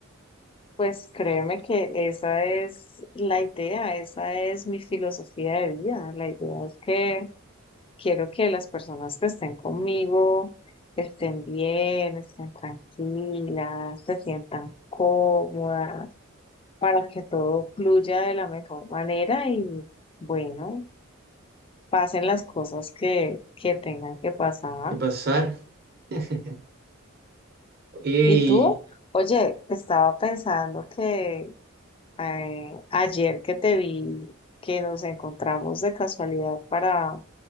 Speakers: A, on the left; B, on the right.
A: Pues créeme que esa es la idea, esa es mi filosofía de vida. La idea es que quiero que las personas que estén conmigo estén bien, estén tranquilas, se sientan cómodas, para que todo fluya de la mejor manera y bueno, pasen las cosas que, que tengan que pasar.
B: y pasar. <laughs> Y
A: ¿Y tú? Oye, estaba pensando que Eh, ayer que te vi, que nos encontramos de casualidad para